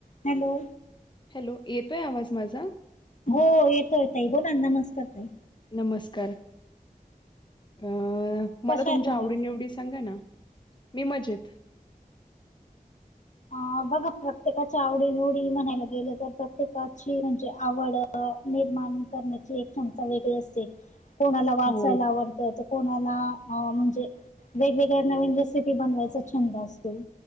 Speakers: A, on the left; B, on the left.
A: Hello
B: hello येतोय आवाज माझा?
A: हो येतोय ताई बोलान नमस्कार ताई
B: नमस्कार, अ मला
A: कशा
B: तुमच्या
A: आहे तुम्ही?
B: आवडी निवडी सांगा ना? मी मजेत
A: अ बघा प्रत्येकाच्या आवडी निवडी म्हणायला गेलं तर प्रत्येकाची म्हणजे आवड निर्माण करण्याची एक क्षमता वेगळी असते कोणाला वाचायला
B: हो,
A: आवडतय तर कोणाला म्हणजे वेगवेगळ्या नवीन रेसिपी बनवायचा छंद असतो.